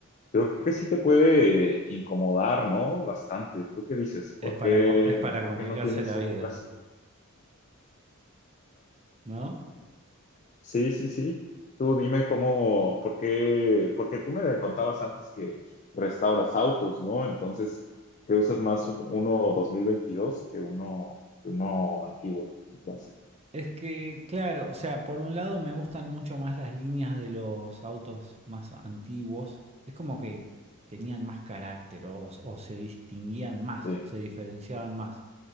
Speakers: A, on the left; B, on the right.
A: creo que sí te puede incomodar, ¿no? Bastante. ¿Tú qué dices? ¿Por
B: Es para,
A: qué,
B: co- es para
A: por
B: complicarse
A: qué no tienes
B: la
A: uno
B: vida,
A: clásico?
B: ¿no?
A: Sí, sí, sí. Tú dime cómo, por qué, porque tú me contabas antes que restauras autos, ¿no? Entonces, ¿qué usas más uno 2022 que uno, uno antiguo? Entonces,
B: Es que, claro, o sea, por un lado me gustan mucho más las líneas de los autos más antiguos. Es como que tenían más carácter o, o se distinguían más,
A: Sí,
B: se diferenciaban más.